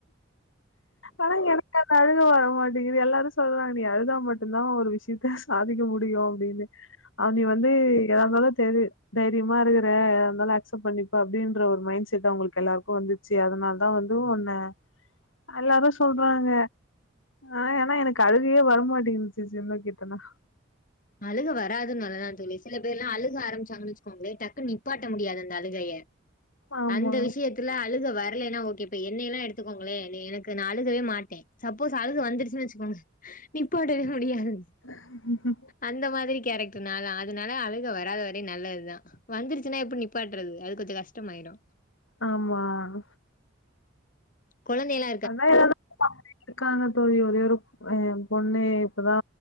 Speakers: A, on the left (about 75°); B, on the left (about 40°).
A: ஆனா எனக்கு அந்த அழுக வரமாட் டிங்கிது எல்லாரு சொல்றாங்க நீ அழுதா மட்டுந்தா ஒரு விஷ்யத்த சாதிக்க முடியு அப்டின்னு அவ நீ வந்து எதாருந்தாலு தெரி தைரியமா இருக்குற அதனால அக்செப்ட் பண்ணிப்பா அப்டின்ற ஒரு மைண்ட் செட் அவங்களுக்கு எல்லாருக்கு வந்து ச்சி அதனால தா வந்து உன்ன எல்லாரு சொல்றாங்க ஆ ஏனா எனக்கு அழுகையே வரமாட்டேங்குது சிஸ் என்ன கேட்டனா
B: அழுக வராது நல்லதா தோழி சில பேர்லா அழுக ஆரம்பச்சாங்கன்னு வச்சுகோங்களே டக் குனு நிப்பாட்ட முடியாது அந்த அழுகைய
A: ஆமா
B: அந்த விஷயத் துல அழுக வரலைன்னா ஓகே இப்ப என்னைல்லா எடுத்துக்கோங்களே எனக்கு நா அழுகவே மாட்டே சப்போஸ் அழுக வந்துருச்சின்னு வச்சிக்கோங்க நிப்பாட்டவே முடியாது
A: ம்ம்
B: அந்த மாதிரி கேரக்டர் நாலா அதனால அழுக வராத வரை நல்லதுதா வந்துருச்சின்னா எப்டி நிப்பாட்டுறது அது கொஞ்சோ கஷ்டமாயிரு
A: ஆமாங்
B: கொழந்தைல
A: அதா ஏதாவது பாத்துகிட்டு இருக்கங்க தோழி ஒரே ஒரு ஆ ஏ பொண்ணு இப்பதா